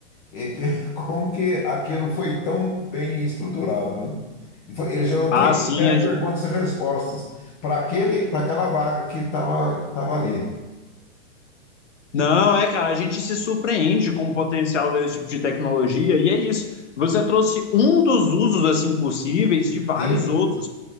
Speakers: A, on the left; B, on the left.
A: eh, que- <laughs> como que aquilo foi tão bem estruturado, né? E foi- Ele gerou
B: Ah,
A: 37
B: sim. a gen-
A: perguntas e respostas para aquele, para aquela vaga que estava que tava ali.
B: Não, é, cara, a gente se surpreende com o potencial desse tipo de tecnologia, e é isso. Você trouxe um dos usos, assim, possíveis de vários
A: Sim.
B: outros.